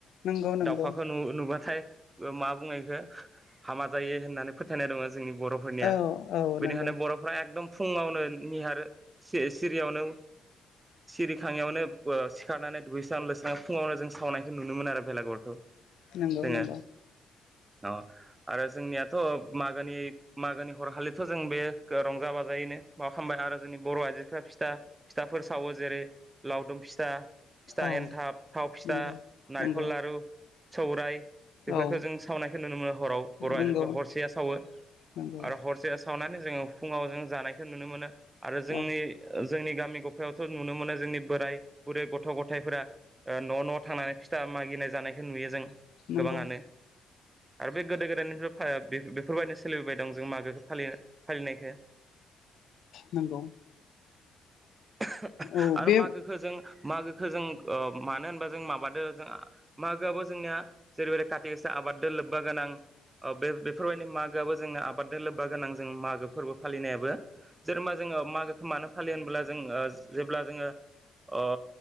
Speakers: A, on the left (about 70°); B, on the right (about 20°).
A: नंगौ नंगौ
B: खाखौ नु-नुबाथाय ओ मा बुङो इखौ हामा जायो होननानै फोथायनाय दङ। जोंनि बर'फोरनिया
A: औ औ
B: बेनिखायनो
A: नंगौ
B: बर'फ्रा एकदम। फुङावनो निहार सिरियावनो सिरिखाङियावनो सिखारनानै दुइैस्रां लुस्रांनानै फुङावनो जों सावनायखौ नुनो मोनो आरो बेलागुरखौ।
A: नंगौ
B: जोङो
A: नंगौ।
B: अ आरो जोंनियाथ' मागोनि मागोनि हरखालिथ' जों बे रंजा बाजायैनो माबा खालामबाय आरो जोंनि बर' आइजोफ्रा फिथा फिथाफोर सावो जेरै लावदुम फिथा। फिथा
A: औ
B: एन्थाब थाव फिथा
A: नंगौ
B: नारेंखल
A: नंगौ
B: लारु। सौरायाइ बेफोरखौ
A: औ
B: जों सावनायखौ नुनो मोनो हराव बर' आइजोफोरखौ
A: नंगौ
B: हरसेया सावो
A: नंगौ
B: आरो हरसेया सावनाय। जोङो फुङाव जों जानायखौ नुनो मोनो। आरो जोंनि
A: औ
B: जोंनि। गामि गफायावथ' नुनो मोनो जोंनि बोराय बुरै गथ' गथायफोरा न' न'आव थांनानै फिथा मागिनाय जानाय। बेखौ नुयो जों।
A: नंगौ
B: गोबाङानो। आरो बे गोदो गोदायनिफ्राय। बेफोरबायदिनो सोलिबोबाय दं जों मागोखौ। फालिया फालिनायखौ
A: नंगौ
B: <unintelligible>
A: औ
B: आरो
A: बे
B: मागोखौ जों मागोखौ जों ओ मानो होनबा जों माबादो जों मागोआबो जोंनिया जेरैबायै खाथिगासा आबादजों लोब्बा गोनां ओ बे बेफोरबायदि मागोआबो जोंनिया आबादजों लोब्बा गोनां जों मागो फोरबो फालिनायाबो जेनेबा जोङो मागोखौ मानो फालियोब्ला ज जों जेब्ला जोङो ओ